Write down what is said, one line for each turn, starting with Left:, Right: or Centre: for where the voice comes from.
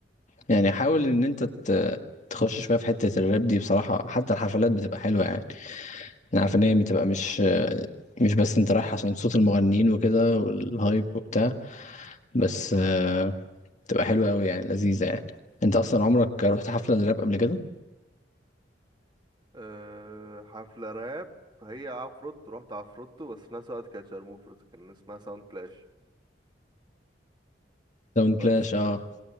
Left: يعني حاول ان انت ت- تخش شويه في حته الراب دي بصراحه حتى الحفلات بتبقى حلوه يعني انا عارف ان هي بتبقى مش مش بس انت رايح عشان صوت المغنيين وكده والهايب وبتاع بس آه، بتبقى حلوه قوي يعني لذيذه يعني انت اصلا عمرك رحت حفله راب قبل كده
Right: أه حفلة راب هي عفروتو رحت عفروتو بس في نفس الوقت كانت شارموفرز كان اسمها ساوند كلاش
Left: داون
Right: بس
Left: كلاش
Right: ف-
Left: اه